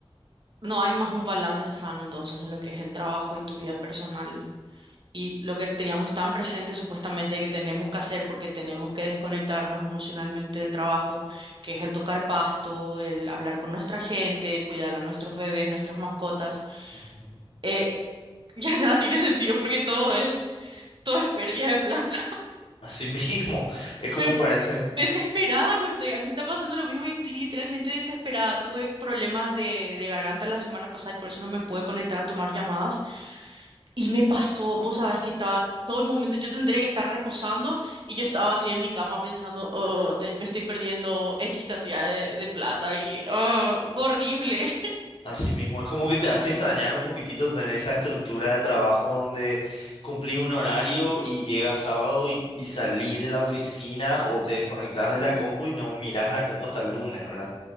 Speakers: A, on the right; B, on the left.
A: No hay más un balance sano entonces en lo que es el trabajo y tu vida personal. Y lo que teníamos tan presente supuestamente que tenemos que hacer porque tenemos que desconectarnos emocionalmente del trabajo, que es el tocar pasto, el hablar con nuestra gente, cuidar a nuestros bebés, nuestras mascotas,
B: Ujú.
A: eh, <laughs> ya nada tiene sentido porque todo es, todo es pérdida de plata.
B: Así <laughs> mismo, es como
A: pe-
B: parece.
A: desesperada que estoy. Me está pasando lo mismo y estoy literalmente desesperada. Tuve problemas de, de garganta la semana pasada y por eso no me pude conectar a tomar llamadas. Y me pasó, vos sabés que estaba todo el momento, yo tendría que estar reposando y yo estaba así en mi cama pensando, oh, te- me estoy perdiendo X cantidad de, de plata y oh, fue horrible. <laughs>
B: Así mismo, es como que te hace extrañar un poquitito tener esa estructura de trabajo donde cumplís un horario y llegas sábado y, y salís de la oficina o te desconectás
A: Sí,
B: de la compu y no mirás la compu hasta el lunes, ¿verdad?